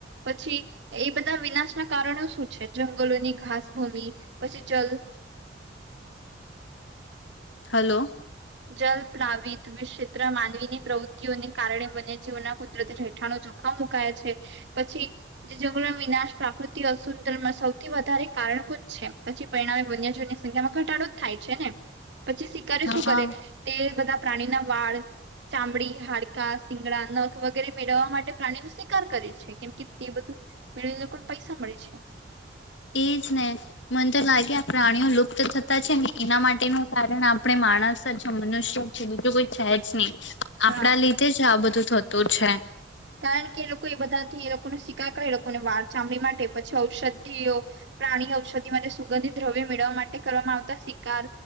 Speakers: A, on the right; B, on the left.
A: પછી એ બધા વિનાશના કારણો શું છે જંગલોની ઘાસભૂમી, પછી જલ.
B: હલો.
A: જલ પ્રાવિત વી ક્ષેત્ર માનવીની પ્રવૃત્તિઓને કારણે વન્યજીવના કુદરતી રેઠાળો જોખમ મુકયા છે પછી જે જંગલો વિનાશ પ્રાકૃતિ અસુંનમાં સૌથી વધારે કારણભૂત છે, પછી પરિણામે વન્યજીવની સંખ્યામાં ઘટાડો જ થાય છે ને? પછી સિકારી
B: હા
A: શું કરે? તે બધા પ્રાણીના વાળ, ચામડી, હાડકા, સિંગડા નખ વગેરે મેળવવા માટે પ્રાણી નું સિકાર કરે છે કેમ કે તે બધું મેળવીને લોકોને પૈસા મળે છે
B: એજ ને મન તો લાગ કે આ પ્રાણીઓ લુપ્ત થતા છે ને એના માટેનું કારણ આપણે માણસ જ છે, મનુષ્ય જ છે, બીજું કોઈ છે જ નઈ.
A: હા
B: આપણા લીધે જ આ બધું થતું છે.
A: કારણકે એ લોકો એ બધા થી એ લોકો ને સિકાર કરે એ અને વાર, ચામડી માટે પછી ઔષધિઓ. પ્રાણી ઔષધિ માટે સુગંધિત દ્રવ્ય મેળવવા માટે કરવામાં આવતા સિકાર.